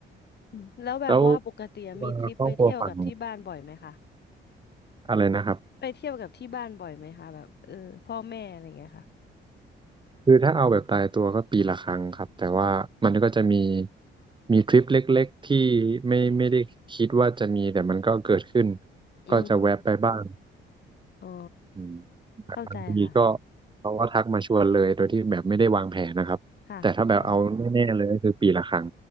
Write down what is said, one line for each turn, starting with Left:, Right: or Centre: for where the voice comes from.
Left: อืมแล้วแบบว่าปกติมีทริปไปเที่ยวกับที่บ้านบ่อยไหมคะ
Right: แล้วตัวครอบครัวฝั่งอะไรนะครับ
Left: ไปเที่ยวกับที่บ้านบ่อยไหมคะแบบเออพ่อแม่อะไรอย่างเงี้ยค่ะ
Right: คือถ้าเอาแบบตายตัวก็ปีละครั้งครับแต่ว่ามันก็จะมีมีทริปเล็กๆที่ไม่ไม่ได้คิดว่าจะมีแต่มันก็เกิดขึ้น
Left: อืม
Right: ก็จะแวะไปบ้าง
Left: อ๋อ
Right: อืม
Left: เข้าใจค่ะ
Right: บางทีก็เขาก็ทักมาชวนเลยโดยที่แบบไม่ได้วางแผนนะครับแต่ถ้าแบบเอาแน่ๆเลยก็คือปีละครั้ง
Left: ค่ะเข้าใจ